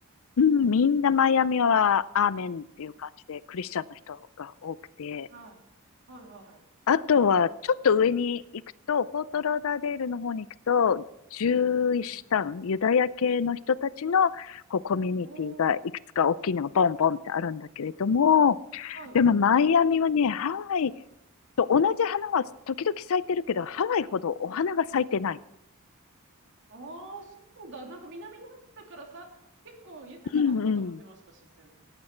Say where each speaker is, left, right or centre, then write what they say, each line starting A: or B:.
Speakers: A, on the left (about 65°); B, on the right (about 55°).
A: うん、みんなマイアミはアーメンっていう感じで、
B: ー。
A: クリスチャンの人が多くて、
B: はい。はいはい。
A: あとはちょっと上に行くと、フォートローダーデールの方に行くと、ジューイッシュタウン、
B: うんうん。
A: ユダヤ系の人たちのこうコミュニティがいくつか大きいのがボンボンってあるんだけれども、
B: おー。はい。
A: でもマイアミはね、ハワイと同じ花は時々咲いてるけど、ハワイほどお花が咲いてない。
B: ああ、そうなんだ。なんか南の方だからさ、結構豊かなのかと思ってました、
A: うん
B: 自然。